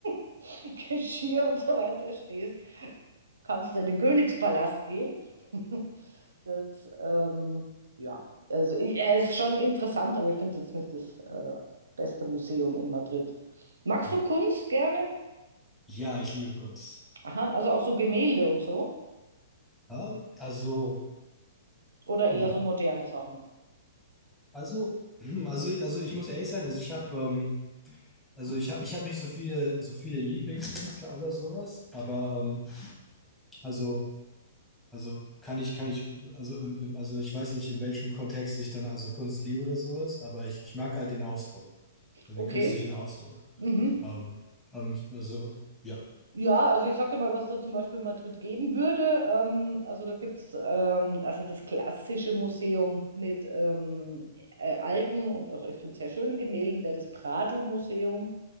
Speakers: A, on the right (about 70°); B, in the centre.
A: <laughs> Geschirr und so weiter stehst, kannst du in den Königspalast gehen. <laughs> Das, ähm, ja, also ich, er ist schon interessant, aber ich finde es jetzt nicht das äh, beste Museum in Madrid. Magst
B: Hm.
A: du Kunst gerne?
B: Ja, ich liebe Kunst.
A: Aha, also auch so Gemälde und so?
B: Ähm, also,
A: Oder eher
B: hm.
A: so moderne Sachen?
B: also, hm, also, also ich muss ehrlich sein, also ich habe, ähm, also ich habe, ich habe nicht so viele, so viele Lieblingskünstler oder sowas, aber ähm, also. Also kann ich, kann ich, also, äh, also ich weiß nicht, in welchem Kontext ich dann also Kunst liebe oder sowas, aber ich, ich mag halt den Ausdruck, also
A: Okay.
B: den künstlichen Ausdruck.
A: Mhm.
B: Ähm, und also, ja.
A: Ja, also ich sag dir mal, was da zum Beispiel in Madrid geben würde. Ähm, also da gibt es ähm, also das klassische Museum mit ähm, äh, alten und also ich finde sehr schönen Gemälden, wäre das Prado-Museum.